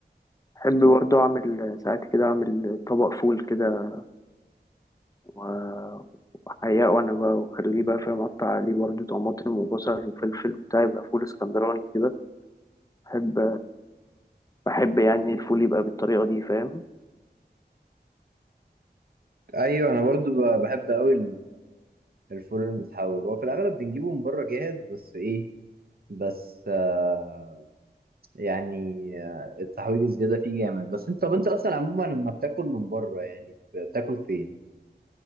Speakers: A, on the left; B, on the right.
A: بحب برضو أعمل ساعات كده أعمل طبق فول كده و- وأحياه وأنا بقى وأخليه بقى فاهم أقطع عليه برضو طماطم وبصل وفلفل وبتاع يبقى فول اسكندراني كده بحب بحب يعني الفول يبقى بالطريقة دي فاهم
B: ايوه انا برضو ب- بحب قوي الفول المتحوج هو في الاغلب بنجيبه من بره جاهز بس ايه بس آه يعني آه، التحويج الزيادة فيه جامد بس انت طب انت اصلا عموما لما بتاكل من بره يعني بتاكل فين؟